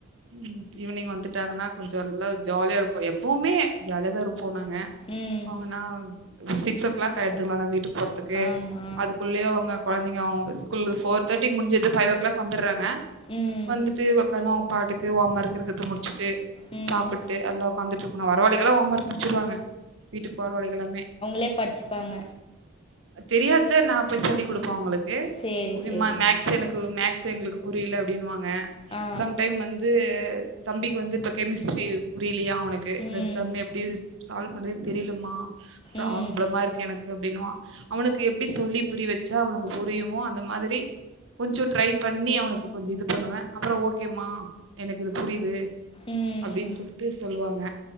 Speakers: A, on the right; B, on the left.
A: ம் ஈவ்னிங் வந்துட்டாங்கன்னா கொஞ்சொ நல்லா ஜாலியா இருக்கு எப்பவுமே ஜாலிய தா இருப் போ நாங்க
B: ம்
A: அவுங்கனா சிக்ஸ் ஓ கிளாக் ஆய்டுதுங்களா வீட்டுக் போறதுக்கு
B: ஆமா
A: அதுக்குள்ளயே அவுங்க கொழந்தைங்க அவ்ங்க ஸ்கூல் ஃபோர் தேர்ட்டிக்கு முடுஞ்சிது ஃபைவ் ஓ கிளாக் வந்துறாங் க
B: ம்
A: வந்துட்டு ஒக்கார்ணு அவ்ங் பாட்டுக்கு ஓமர்க் இருக்கற்து முடுச்சிட்டு
B: ம்
A: சாப்புட்டு எல்லா உக்காந்துட்ருக்கணு வரவழிகல்லா ஓமர்க் முட்ச்சிருவாங்க வீட்டுக்கு போறவழிக எல்லாமே
B: லே படுச்சுப்பாங்க
A: தெரியாத்த நா போய் சொல்லி குடுப்பே அவுங்களுக்கு
B: சேரி சேரி
A: ம்மா மேக்ஸ் எனக்கு மேக் ஸ் எங்களுக்கு புரியல அப்டினுவாங்க
B: ஆ
A: சம்டைம் வந்து ந்து தம்பிக்கு வந்து இப்ப கெமிஸ்ட்ரி புரிலையா அவனுக்கு
B: ம்
A: இந்த சம் எப்டி சால்வ் பண்ணவே தெரிலம்மா பிராப்ளமா
B: ம்
A: இருக்கு எனக் கு அப்டின்னுவா அவனுக்கு எப்டி சொல்லி புரிய் வச்சா அவனுக்கு புரியுமோ அந்த மாதிரி கொஞ்சோ ட்ரை பண்ணி அவனுக்கு கொஞ்சொ இது பண்ணுவே அப்பறொ ஓகேமா எனக்கு இது புரிது
B: ம்
A: அப்டின் சொல்ட்டு சொல்வாங்க